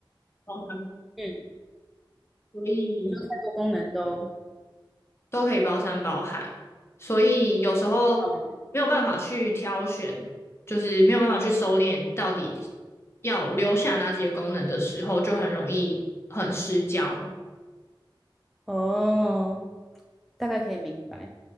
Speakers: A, on the left; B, in the centre.
A: 包含，
B: 嗯，
A: 所以。
B: 你说太多功能都，
A: 都可以包山包海，所以有时候没有办法去挑选，
B: 嗯。
A: 就是没有办法去收敛到底要留下哪几个功能的时候，就很容易很失焦。
B: 哦，大概可以明白，